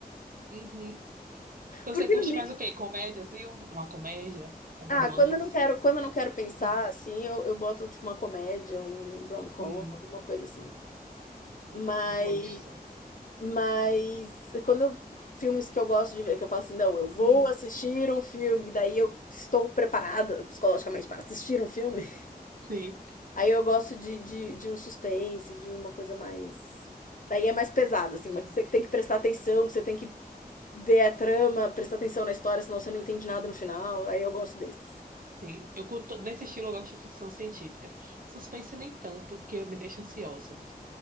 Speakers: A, on the right; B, on the left.
A: Uhum. Então
B: Porque
A: você curte
B: no li-
A: mais o quê? Comédias, viu? Uma comédia, um romance.
B: Ah, quando eu não quero, quando eu não quero pensar,
A: Hum,
B: assim, eu, eu boto, tipo, uma comédia, um rom-com,
A: hum,
B: alguma coisa assim. Mas
A: gosto.
B: Mas eh, quando eu filmes que eu gosto de ver, que eu falo assim: "Não, eu vou
A: Hum,
B: assistir um filme", daí eu estou preparada psicologicamente para assistir um filme. <laughs>
A: sim.
B: Aí eu gosto de de de um suspense, de uma coisa mais daí é mais pesado, assim,
A: É,
B: mas que você tem que prestar atenção, que você tem que ver a trama, prestar atenção na história, senão você não entende nada no final, aí eu gosto desses.
A: sim. Eu curto, nesse estilo eu gosto de ficção científica. Suspense nem tanto, porque me deixa ansiosa.